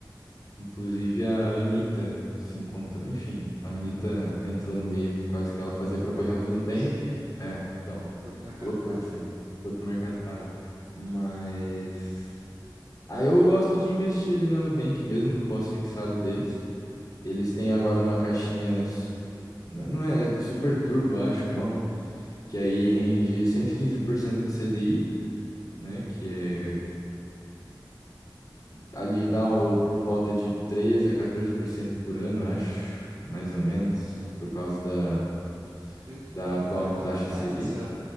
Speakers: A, on the left (about 40°); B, on the right (about 35°).
A: Inclusive a Anitta se encontrou. Enfim, a Anitta
B: É.
A: entrou no meio por causa que ela fazia propaganda
B: Aí eu vi
A: do Nubank.
B: isso
A: É, então,
B: e fui pro Mercado
A: loucura
B: Pago.
A: isso aí. Foi pro Mercado Pago. Mas. Aí eu gosto de investir ali na Nubank mesmo, no pós-fixado deles. Eles têm agora uma caixinha. s- Não é Super Turbo, eu acho o nome. Que aí rende 115% do CDI, né? Que é ali dá o, por volta de 13 a 14% por cento por ano, eu acho, mais ou menos,
B: Hum. É,
A: por causa da,
B: 13.
A: da atual
B: É, tá
A: taxa
B: até mais
A: Selic.
B: nessa.